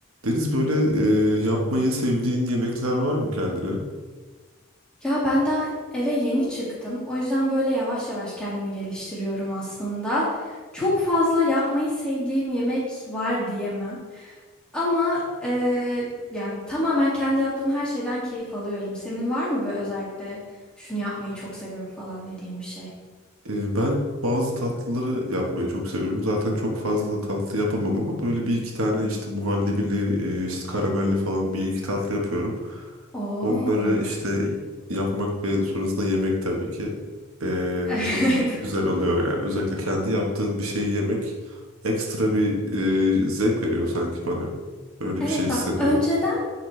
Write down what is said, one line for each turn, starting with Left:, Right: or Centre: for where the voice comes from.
Right: Deniz böyle e, yapmayı sevdiğin yemekler var mı kendine?
Centre: Ya ben daha eve yeni çıktım. O yüzden böyle yavaş yavaş kendimi geliştiriyorum aslında. Çok fazla yapmayı sevdiğim yemek var diyemem. Ama eee, yani tamamen kendi yaptığım her şeyden keyif alıyorum. Senin var mı böyle özellikle şunu yapmayı çok seviyorum falan dediğin bir şey?
Right: E, ben bazı tatlıları yapmayı çok seviyorum. Zaten çok fazla tatlı yapamam ama böyle bir iki tane işte muhallebili, e, işte karamelli falan bir iki tatlı yapıyorum.
Centre: Oo.
Right: Onları işte yapmak ve sonrasında yemek tabii ki e,
Centre: <laughs>
Right: çok güzel oluyor yani. Özellikle kendi yaptığın bir şeyi yemek ekstra bir e, zevk veriyor sanki bana. Öyle
Centre: Evet
Right: bir şey hissediyorum.
Centre: bak önceden